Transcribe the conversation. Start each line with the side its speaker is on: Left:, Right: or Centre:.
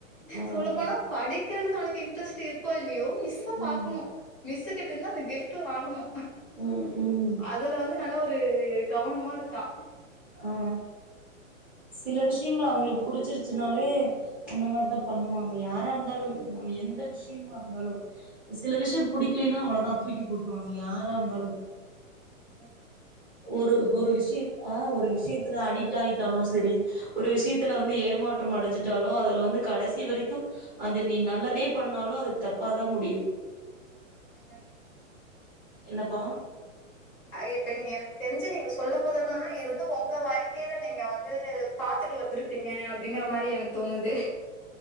Centre: ஆ
Left: சொல்ல
Centre: அதானே
Left: போனா படி க்கிறதுக்கு ஒனக்கு இன்ட்ரஸ்ட் இரு கோ இல்லையோ மிஸ்ஸ
Centre: ம்
Left: பாக்கணும் மிஸ்ஸு கிட்ட இருந்து அந்த கிஃப்ட்டு வாங்கணு
Centre: ம் ம்
Left: அதுல வந்து நல்ல ஒரு கவனமா இருக்கா
Centre: ஆ சில விஷயங்கள் அவங்களுக்கு புடிச்சிருச்சுனாலே அந்த மாரிதா பண்ணுவாங்க யாரா இருந்தாலு நம்ம எந்த விஷயமா இருந்தாலு சில விஷயம்
Left: ம்
Centre: புடிக்கலைன்னா அவ்ளோதா தூக்கி போட்ருவாங்க யாரா இருந்தாலு
Left: ச <unintelligible>
Centre: ஒரு ஒரு விஷிய ஆஹ் ஒரு விஷியத்துல அடிட் ஆயிட்டாலு செரி ஒரு விஷியத்துல வந்து ஏமாற்றம் அடைஞ்சிட்டாலோ அதுல வந்து கடைசி வரைக்கு அது நீ நல்லதே பண்ணாலு அது தப்பாதா முடியு
Left: ஹ்ம்
Centre: என்னப்பா
Left: ஐ இப்ப நீங்க எனக்கு தெரிஞ்சி நீங்க சொல்லும் போதெல்லா இது வந்து உங்க வாழ்க்கையில நீங்க வந்து பார்த்துட்டு வந்திருப்பீங்க அப்டிங்கிற மாரி எனக்கு தோணுது